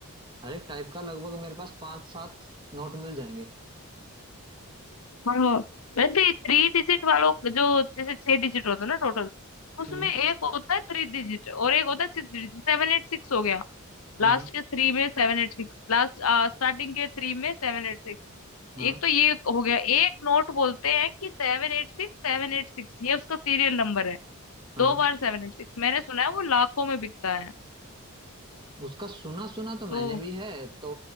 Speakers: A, on the right; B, on the left.
A: हर एक टाइप का लगभग मेरे पास पांच सात नोट मिल जाएंगे
B: हाँ वैसे थ्री डिजिट वालों का जो जैसे छह डिजिट होता है ना टोटल उसमें
A: हम्म
B: एक होता है थ्री डिजिट और एक होता है six digit Seven eight six हो गया
A: हाँ
B: लास्ट के थ्री में seven eight six last starting के थ्री में सेवन एट सिक्स
A: हाँ
B: एक तो ये हो गया एक नोट बोलते हैं कि seven eight six seven eight six ये उसका सीरियल नंबर है
A: हाँ
B: दो बार सेवन एट सिक्स मैंने सुना है वो लाखों में बिकता है
A: उसका सुना सुना तो मैंने
B: तो
A: भी है तो